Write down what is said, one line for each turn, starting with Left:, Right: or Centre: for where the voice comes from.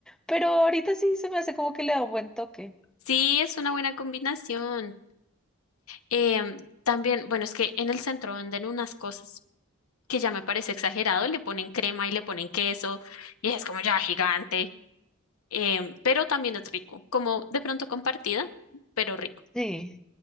Centre: pero ahorita sí se me hace como que le da un buen toque.
Left: Sí, es una buena combinación. Em, también, bueno, es que en el centro venden unas cosas que ya me parece exagerado. Le ponen crema y le ponen queso y es como ya gigante. Em, pero también es rico, como de pronto compartida, pero rico.
Centre: Sí.